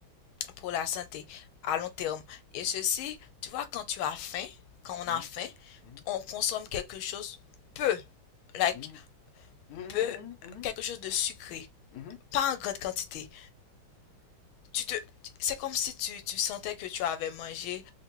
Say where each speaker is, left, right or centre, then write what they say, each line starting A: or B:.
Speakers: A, on the left; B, on the left.
A: Pour la santé, à long terme. Et ceci, tu vois, quand tu as faim, quand on
B: Mhm,
A: a faim,
B: mhm,
A: on consomme quelque chose peu. Like,
B: mhm, mhm,
A: peu quelque chose de sucré,
B: mhm,
A: pas en grande quantité. Tu te, c'est comme si tu, tu sentais que tu avais mangé